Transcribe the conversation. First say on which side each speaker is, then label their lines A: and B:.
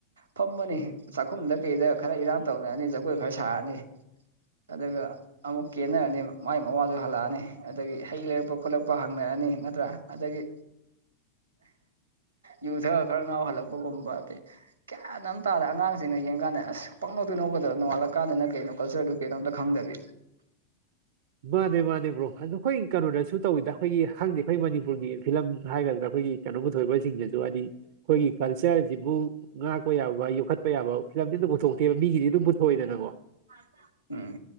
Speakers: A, on the right; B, on the right.
A: ꯐꯝꯃꯅꯤ ꯆꯥꯛꯈꯨꯝꯗ ꯀꯩꯗ ꯈꯔ ꯏꯔꯥꯡ ꯇꯧꯅꯔꯅꯤ ꯖꯒꯣꯏ ꯈꯔ ꯁꯥꯔꯅꯤ ꯑꯗꯨꯒ ꯑꯃꯨꯛ ꯀꯦꯟꯅꯔꯅꯤ ꯃꯥꯏ ꯃꯋꯥꯖꯨ ꯍꯜꯂꯛꯑꯅꯤ ꯑꯗꯒꯤ ꯍꯩ ꯂꯩꯔꯛꯄ ꯈꯣꯠꯂꯛꯄ ꯍꯪꯅꯔꯅꯤ ꯅꯠꯇ꯭ꯔꯥ ꯑꯗꯒꯤ ꯌꯨꯊꯛꯔ ꯈꯔ ꯉꯥꯎꯔ ꯍꯜꯂꯛꯄꯒꯨꯝꯕ ꯀꯦ ꯒ꯭ꯌꯥꯟ ꯑꯝ ꯇꯥꯗ ꯑꯉꯥꯡꯁꯤꯡꯅ ꯌꯦꯡ ꯀꯥꯟꯅꯦ ꯑꯁ ꯄꯪꯅꯣꯛꯇ ꯅꯣꯛꯀꯗꯕ ꯅꯣꯡꯉꯥꯜꯂꯀꯥꯟꯗꯅ ꯀꯩꯅꯣ ꯀꯜꯆꯔꯗꯨ ꯀꯩꯅꯣ ꯑꯝꯇ ꯈꯪꯗꯕꯤ
B: ꯃꯥꯅꯦ ꯃꯥꯅꯦ ꯕ꯭ꯔꯣ ꯑꯗꯣ ꯑꯩꯈꯣꯏ ꯀꯩꯅꯣꯗꯁꯨ ꯇꯧꯋꯤꯗ ꯑꯩꯈꯣꯏꯒꯤ ꯍꯪꯗꯦ ꯑꯩꯈꯣꯏ ꯃꯅꯤꯄꯨꯔꯒꯤ ꯐꯤꯂꯝ ꯍꯥꯏꯒꯗ꯭ꯔꯥ ꯑꯩꯈꯣꯏꯒꯤ ꯀꯩꯅꯣ ꯄꯨꯊꯣꯛꯏꯕꯖꯤꯡꯗꯖꯨ ꯍꯥꯏꯗꯤ ꯑꯩꯈꯣꯏꯒꯤ ꯀꯜꯆꯔꯖꯤꯕꯨ ꯉꯥꯛꯄ ꯌꯥꯕ ꯌꯣꯛꯈꯠꯄ ꯌꯥꯕ ꯐꯤꯂꯝꯗꯤ ꯑꯝꯇ ꯄꯨꯊꯣꯛꯇꯦꯕ ꯃꯤꯒꯤꯗꯤ ꯑꯗꯨꯝ ꯄꯨꯊꯣꯛꯏꯗꯅꯒꯣ
A: ꯊꯥꯖ ꯎꯝ